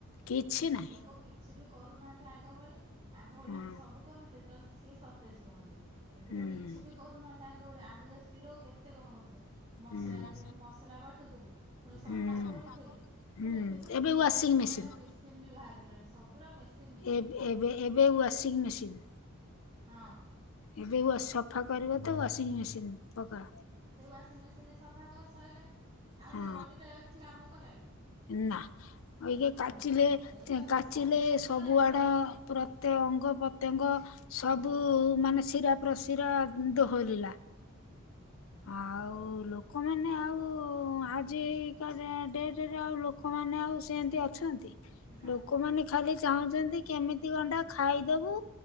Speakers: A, on the left; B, on the right.
A: କିଛି ନାହିଁ
B: ଲୋକ କି କିଛି ବି କରୁନାହାନ୍ତି ଆଗ ଭଳି ଆଗ ଭଳି
A: ହଁ।
B: ଯେ ସବୁ କରନ୍ତେ ତାହେଲେ ସିଏ ସତେଜ ରୁହନ୍ତେ। ଏବେ
A: ହୁଁ।
B: ତ କିଛି ବି କରୁନାହାନ୍ତି ଆଗ ଭଳିଆ ଆଗକା ସ୍ତ୍ରୀ ଲୋକ କେତେ କଣ କରୁଥିଲେ? ମସଲା
A: ହୁଁ
B: ଦେ ମସଲା ବାଟୁଥିଲେ, ପୁଣି ସଫା
A: ହୁଁ ହୁଁ
B: କରୁଥିଲେ। ପୁଣି ଏବେ ପୁଣି
A: ୱାସିଂ
B: ଓଳେଇବା
A: ମେସିନ୍।
B: ଫୋଳେଇବା ମେସିନ ବି ବାହାରି ଗଲାଣି ସବୁର ମେସ
A: ଏବେ-ଏବେ -ଏବେ ୱାସିଂ ମେସିନ୍।
B: ହଁ।
A: ଏବେ ୱାସ ସଫା କରିବା ତ ୱାସିଂ ମେସିନ। ପକା।
B: ଦେ ୱାସିଂ ମେସିନରେ ସଫା କର ସଇଲା ଆଉ
A: ହଁ
B: ସେ ବଡି ଟା କିଛି କାମ କଲା କି?
A: ନା
B: ବଡି
A: ଇଏ
B: କାମ
A: କାଚିଲେ
B: କଲାନି ସେଇଭଳିଆ କଥା
A: କାଚିଲେ
B: ସବୁ ଜିନିଷ
A: ସବୁଆଡ
B: ଏବେ
A: ପୁରା ଏତେ ଅଙ୍ଗ ପ୍ରତ୍ୟଙ୍ଗ ସବୁ ମାନେ ଶିରା ପ୍ରସିରା ଦୋହରିଲା। ଆଉ ଆଉ ଲୋକମାନେ ଆଉ ଆଜିକା ଡେଟରେ ଆଉ ଲୋକମାନେ ଆଉ ସେମିତି ଅ ଅଛନ୍ତି ଲୋକ।
B: ନା
A: ଲୋକମାନେ ଖାଲି ଚାହୁଁଚନ୍ତି କେମିତି ଗଣ୍ଡା ଖାଇଦବୁ